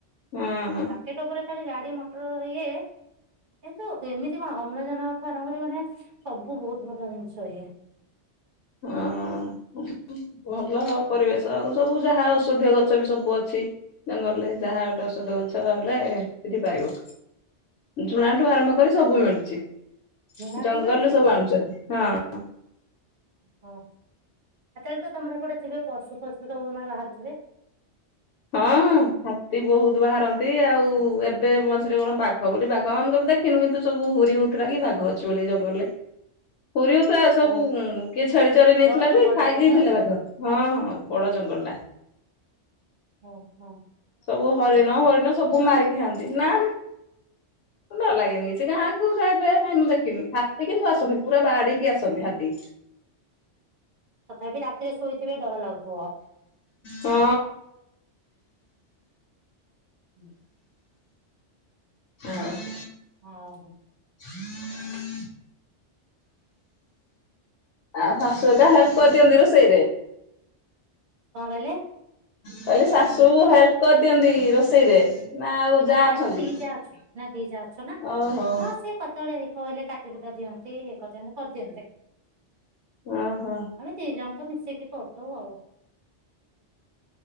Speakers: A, on the left; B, on the right.
A: ହୁଁ।
B: ଏ ତ ଗୁରେ ଖାଲି ଗାଡ଼ି ମଟର ଇଏ। କିନ୍ତୁ ଦେ ଏମିତି କଣ ଅମ୍ଳଜାନଠୁ ଆରମ୍ଭ କରି ମାନେ ସବୁ ବହୁତ ଭଲ ଜିନିଷ ଇଏ।
A: ଅଁ ଭଲ ଆଉ ପରିବେଶ ଆଉ ସବୁ ଯାହା ଔଷଧୀୟ ଗଛ ବି ସବୁ ଅଛି। ଜଙ୍ଗଲରେ ଯାହା ଗୋଟେ ଔଷଧ ଗଛ ହେଲେ ସେଠି ପାଇବ। ଝୁଣାଠୁ
B: ହଁ ହଁ
A: ଆରମ୍ଭ କରି ସବୁ ମିଳୁଚି
B: ଝୁଣା
A: ଜଙ୍ଗଲରୁୁ
B: ବି ମିଳୁଛି
A: ସବୁ ଆଣୁଚନ୍ତି ହଁ।
B: ହଁ ଆ ତାହେଲେ ତ ତମର ହେପଟେ ଥିବେ ପଶୁ ଫଶୁ ସବୁ ମା ବାହାରୁଥୁବେ।
A: ହଁ ହାତୀ ବହୁତ ବାହାରନ୍ତି ଆଉ ଏବେ ମଝିରେ କଣ ବାଘ ବୋଲି ବାଘ ମୁଁ କେବେ ଦେ ଖିନୁ କିନ୍ତୁ ସବୁ ହୁରି ହୋଉଥୁଲା କି ବାଘ ଅଛି ବୋଲି ଜଙ୍ଗଲରେ। ହୁରୀ ହୋଉଥୁଲା ସବୁ
B: ଓ
A: କିଏ ଛେଳି ଚରି ନେଇଥିଲା
B: ବଡ ଜଙ୍ଗଲ
A: ବି ଖାଇକି
B: ଟା ବୋଧେ
A: ହେଇଦେଥିଲା
B: ଆଉ
A: ବାଘ। ହଁ ହଁ ବଡ଼ ଜଙ୍ଗଲଟା।
B: ଓହୋ।
A: ସବୁ ହରିଣ ହରିଣ ସବୁ ମାରିକି ଖାଆନ୍ତି ନାଁ। ଡର ଲାଗେନି କିଛି ଗାଁକୁୁ କେବେ କାଇଁ ମୁଁ ଦେଖିନି ହାତୀ କିନ୍ତୁ ଆସନ୍ତି ପୁରା ବାଡି଼କି ଆସନ୍ତି ହାତୀ।
B: ତଥାପି ରାତିରେ ଶୋଇଥିବେ ଡର ଲାଗୁଥୁବ।
A: ହଁ।
B: ହୁଁ।
A: ହଁ।
B: ହଁ ହୁଁ।
A: <inaudible> ଆଉ ଶାଶୁ ଏକା ହେଲ୍ପ କରିଦିଅନ୍ତି ରୋଷେଇରେ।
B: କଁ କହିଲେ?
A: କହଲି ଶାଶୁ ହେଲ୍ପ କରିଦିଅନ୍ତି ରୋଷେଇରେ। ନା ଆଉ
B: ହଁ
A: ଯା
B: ନାଇଁ
A: ଅଛନ୍ତି
B: ଆମେ ଦି ଯା ଅଛୁ ନାଁ ଦି ଯା ଅଛୁ ନାଁ
A: ଓହୋ
B: ହଁ ସିଏ କତଳେ କହିଲେ କା ଟି କୁଟା ଦିଅନ୍ତି ଇଏ କରିଦିନ୍ତି କରିଦିଅନ୍ତି।
A: ଓହୋ
B: ଆମେ ଦି ଜଣ ତ ମିଶେଇକି କରିଦୋଉ ଆଉ।